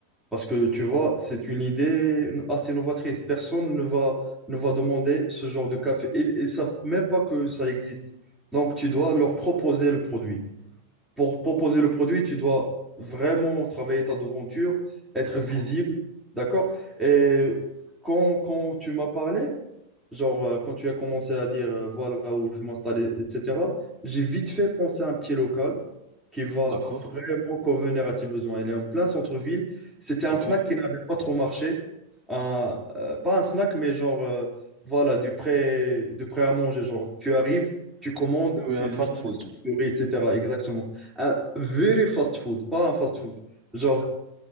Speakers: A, in the centre; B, on the right (about 25°).
A: parce que tu vois, c'est une idée assez novatrice. Personne ne va, ne va demander ce genre de café, et ils ne savent même pas que ça existe. Donc, tu dois leur proposer le produit pour proposer le produit, tu dois vraiment travailler ta devanture, être
B: D'accord,
A: visible, d'accord? Et quand, quand tu m'as parlé, Genre, euh, quand tu as commencé à dire euh, voilà où je m'installais, etc., j'ai vite fait penser à un petit local qui va
B: d'accord,
A: vraiment convenir à tes besoins. Il est en plein centre-ville. C'était
B: ok.
A: un snack
B: Oui,
A: qui n'avait pas trop marché. Un- euh, pas un snack, mais genre, euh, voilà, du prêt, du prêt à manger. Genre, tu arrives, tu commandes,
B: oui,
A: c'est
B: un fast-food.
A: vite structuré, etc. Exactement. Un very fast food, pas un fast food. Genre,